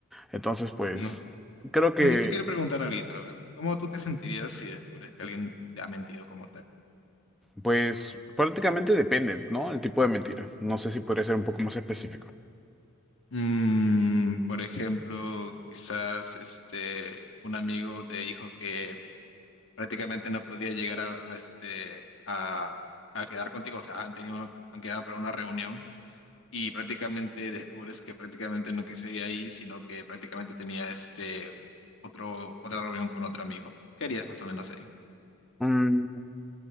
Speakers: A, in the centre; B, on the left (about 60°).
A: Entonces, pues,
B: No.
A: creo que,
B: No, Yo te quiero preguntar algo, a ver, ¿cómo tú te sentirías si descubres que alguien te ha mentido como tal?
A: pues, prácticamente depende, ¿no? El tipo de mentira. No sé si podría ser un poco más específico.
B: Mm, por ejemplo, quizás este un amigo te dijo que prácticamente no podía llegar a, a, este a, a quedar contigo, o sea, han tenido han quedado para una reunión y prácticamente descubres que prácticamente no quiso ir ahí, sino que prácticamente tenía este otro, otra reunión con otro amigo. ¿Qué harías más o menos ahí?
A: Mm,